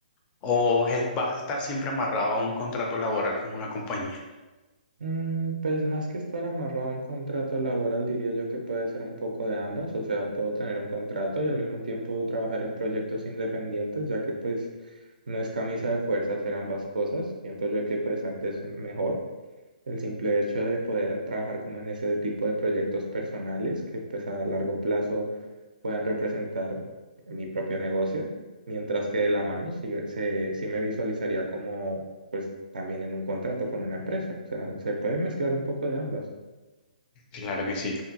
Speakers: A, on the left; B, on the right.
A: ¿O es- vas a estar siempre amarrado a un contrato laboral con una compañía?
B: Mm, pues más que estar amarrado a un contrato laboral, diría yo que puede ser un poco de ambas, o sea, puedo tener un contrato y al mismo tiempo trabajar en proyectos independientes, ya que pues no es camisa de fuerza hacer ambas cosas, siento yo que pues antes mejor. El simple hecho de poder trabajar como en ese tipo de proyectos personales que pues a largo plazo puedan representar mi propio negocio, mientras que de la mano sí, se, sí me visualizaría como pues también en un contrato con una empresa. O sea, se puede mezclar un poco de ambas.
A: Claro que sí.